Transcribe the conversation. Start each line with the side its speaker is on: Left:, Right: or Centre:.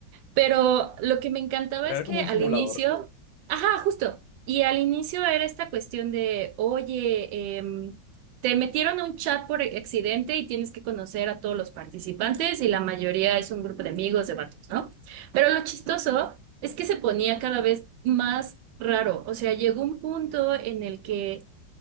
Right: pero lo que me encantaba
Left: Pero
Right: es
Left: era
Right: que
Left: como un
Right: al
Left: simulador.
Right: inicio, ajá, justo, y al inicio era esta cuestión de, oye, em, te metieron a un chat por accidente y tienes que conocer a todos los participantes y la mayoría es un grupo de amigos, de vatos, ¿no? Pero lo chistoso es que se ponía cada vez más raro, o sea, llegó un punto en el que